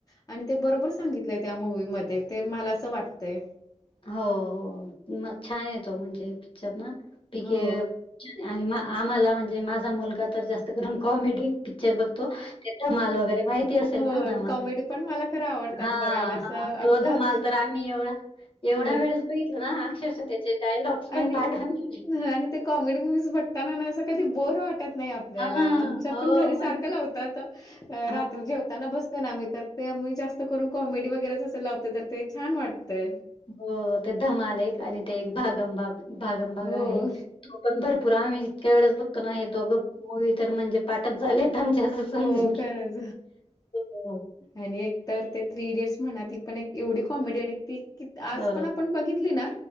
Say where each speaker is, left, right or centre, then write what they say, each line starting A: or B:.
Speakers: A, on the left; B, on the left.
A: आणि ते बरोबर सांगितलंय त्या मूवी मध्ये ते मला असं वाटतंय.
B: हो हो म छान आहे तो म्हणजे पिक्चर ना. पी. के.
A: हो.
B: आणि आम्हांला म्हणजे माझा मुलगा तर जास्त करून कॉमेडी. पिक्चर बघतो ते धमाल वगैरे माहिती असेल
A: हो,
B: ना धमाल
A: कॉमेडी पण मला खरं आवडतात
B: हा.
A: बघायला. असं
B: ह
A: आपलं
B: तो धमाल तर आम्ही एवढा. एवढ्या
A: अ,
B: वेळस बघितलं ना अक्षरशः त्याचे डायलॉग्स पण
A: आणि
B: पाठ आहे.
A: हं, आणि ते कॉमेडी मूव्हीज बघताना ना असं कधी बोर वाटत नाही आपल्याला
B: हां,
A: आमच्यापण
B: हो
A: घरीच. सारखं
B: मग
A: लावतात
B: हां,
A: रात्री जेव. ताना बसत ना आम्ही तर ते आम्ही जास्त करून कॉमेडी वगैरेचं लावतो तर ते छान वाटतेय.
B: हो हो ते धमाल एक आणि ते एक भागमभाग, भागमभाग
A: हो.
B: आहे. तो पण भरपूर आम्ही जितक्या वेळेस बघतो ना हे दोघं मूवी तर म्हणजे पाठच झालेत. आमच्या असं समजून
A: हो
B: घे
A: खरंच.
B: हो.
A: आणि एक तर ते थ्री इडियटस म्हणा ती पण एक एवढी कॉमेडी आणि ती कि आज
B: हो,
A: पण आपण बघितली ना.